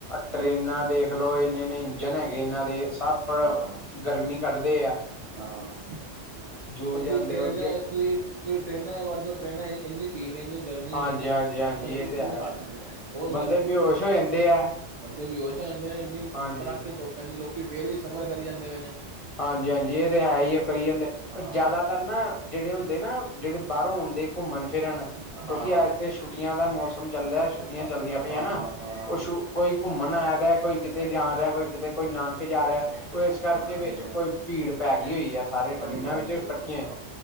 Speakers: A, on the left; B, on the right.
A: ਟਰੇਨਾਂ ਦੇਖਲਓ ਇੰਨੇ- ਇੰਨੇ ਇੰਜਨ ਹੈਗੇ ਇਹਨਾਂ ਦੇ ਸ ਆਪੜ
B: ਹਾਂ
A: ਗਰਮੀ ਕਰਦੇ ਆ
B: ਹਾਂ,
A: ਜੋ
B: ਤੁਸੀਂ
A: ਜਾਂਦੇ
B: ਟਰੇਨਾਂ
A: ਉਹ ਜ
B: ਤੁਸੀਂ ਤੁਸੀਂ ਟੇਨਾਂ ਚ ਵੜ ਜਾੳ ਟ੍ਰੇਨਾਂ ਚ ਇੰਨੀ ਭੀੜ ਇੰਨੀ ਗਰਮੀ
A: ਹਾਂਜੀ
B: ਹੈ,
A: ਹਾਂਜੀ ਹਾਂਜੀ
B: ਕੁਝ ਪੁੱਛਣ
A: ਇਹ ਤੇ
B: ਨੀ ਹਦ ਨੀ ਹੈ, ਬਹੁਤ
A: ਬੰਦੇ
B: ਗਰਮੀ
A: ਬੇਹੋਸ਼
B: ਹੈ
A: ਹੋ ਜਾਂਦੇ ਆ
B: ਬੰਦੇ ਵੀ ਬੇਹੋਸ਼ ਆ ਜਾਂਦੇ ਨੇ ਇੰਨੀ
A: ਹਾਂਜੀ
B: ਕੜਾਕੇ ਧੁੱਪ ਪੈਂਦੀ, ਲੋਕੀ ਫੇਰ ਵੀ ਸਫ਼ਰ ਕਰੀ ਜਾਂਦੇ ਪਏ ਨੇ
A: ਹਾਂਜੀ- ਹਾਂਜੀ ਇਹ ਤੇ ਹੈ ਹੀ ਕਰੀ ਜਾਂਦੇ,
B: ਹਾਂ
A: ਜ਼ਿਆਦਾ ਕਰਨਾ ਜਿਹੜੇ ਹੁੰਦੇ ਨਾ, ਜਿਹੜੇ ਬਾਹਰੋਂ ਆਂਉਦੇ ਘੁੰਮਣ ਫਿਰਨ,
B: ਹਾਂ
A: ਕਿਉਂਕਿ ਅੱਜ ਤੇ ਛੁੱਟੀਆਂ ਦਾ ਮੌਸਮ ਚੱਲਦਾਹਾ ਛੁੱਟੀਆਂ ਚੱਲਦੀਆਂ
B: ਹਾਂ
A: ਪਈਆਂ
B: ਹਾਂ
A: ਨਾ
B: ਹਾਂ
A: ਉਹਛੂ ਕੋਈ ਘੁੰਮਣ ਆ ਰਿਹਾ, ਕੋਈ ਕਿਤੇ ਜਾ ਰਿਹਾ, ਕੋਈ ਕਿਤੇ ਕੋਈ ਨਾਨਕੇ ਜਾ ਰਿਹਾ ਉਹ ਇਸ ਕਰਕੇ
B: ਹਾਂਜੀ
A: ਵਿੱਚ
B: ਹਾਂਜੀ
A: ਕੋਈ ਭੀੜ ਪੈ ਗਈ ਹੋਈ ਆ ਸਾਰੀਆਂ
B: ਹਾਂਜੀ
A: ਟਰੇਨਾਂ
B: ਹਾਂਜੀ
A: ਵਿੱਚ ਇਕੱਠੀਆਂ
B: ਹਾਂ